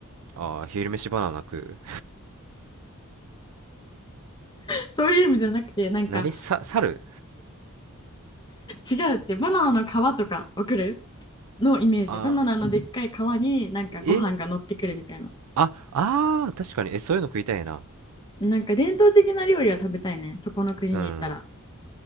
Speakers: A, on the right; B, on the left.
A: あー昼飯バナナ食う
B: そういう意味じゃなくて、
A: <laughs>
B: なんか
A: 何さ猿
B: 違うって、バナナの皮とか送るのイメージ。
A: あ
B: バナナのでっかい皮になんかご飯が乗ってくるみたいな。
A: ーえああー確かにえそういうの食いたいな
B: なんか伝統的な料理は食べたいね。そこの国に行ったら。
A: うん